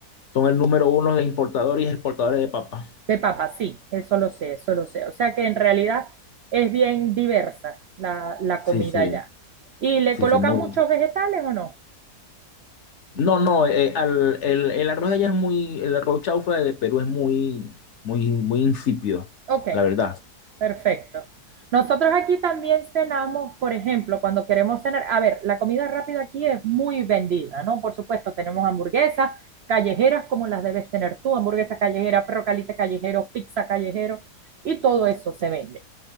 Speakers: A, on the left; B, on the right.
A: son el número uno de importadores y exportadores de papa.
B: de papa, sí, eso lo sé, eso lo sé. O sea que en realidad es bien diversa la, la comida
A: Sí, sí,
B: allá. ¿Y le
A: sí,
B: colocan
A: sí, muy.
B: muchos vegetales o no?
A: No, no, eh, al- el, el arroz de allá es muy, el arroz chaufa de Perú es muy, muy, muy insípido,
B: Ok,
A: la verdad.
B: Perfecto. Nosotros aquí también cenamos, por ejemplo, cuando queremos cenar, a ver, la comida rápida aquí es muy vendida, ¿no? Por supuesto, tenemos hamburguesas callejeras como las debes tener tú, hamburguesas callejeras, perro caliente callejero, pizza callejero y todo eso se vende.